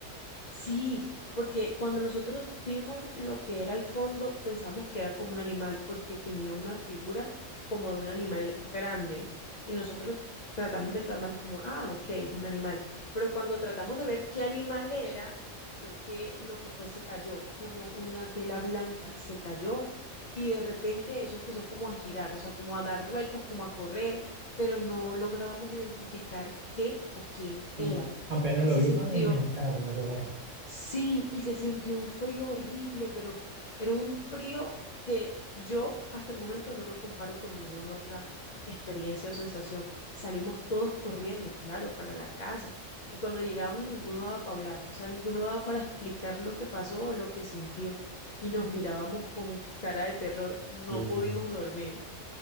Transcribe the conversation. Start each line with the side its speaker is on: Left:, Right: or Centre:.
Left: Sí, porque cuando nosotros vimos lo que era el fondo, pensamos que era como un animal, porque tenía una figura como de un animal grande. Y nosotros tratamos de clamarnos como, ah, ok, es un animal. Pero cuando tratamos de ver qué animal era, fue que lo que fue se cayó, como una tela blanca, se cayó. Y de repente eso empezó como a girar, o sea, como a dar vueltas, como a correr, pero no lográbamos identificar qué o quién
Right: Mm.
Left: era
Right: Apenas
Left: y
Right: lo
Left: se
Right: vieron,
Left: sintió
Right: le engancharon la corriente.
Left: Sí, y se sintió un frío horrible, pero era un frío que yo hasta el momento no lo comparo con ninguna otra experiencia o sensación. Salimos todos corriendo, claro, para la casa. Y cuando llegamos ninguno daba para hablar, o sea, ninguno daba para explicar lo que pasó o lo que sintió. Y nos mirábamos con cara de terror. No
Right: Uy,
Left: pudimos dormir.